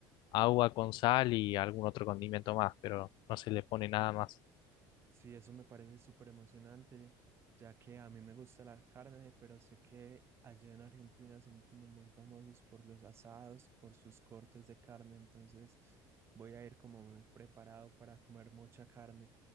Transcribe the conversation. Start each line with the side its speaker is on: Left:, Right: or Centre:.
Left: agua con sal y algún otro condimento más, pero no se le pone nada más.
Right: sí, eso me parece súper emocionante, ya que a mí me gusta la carne, pero sé que allá en Argentina son como muy famosos por los asados y por sus cortes de carne, entonces voy a ir como muy preparado para comer mucha carne.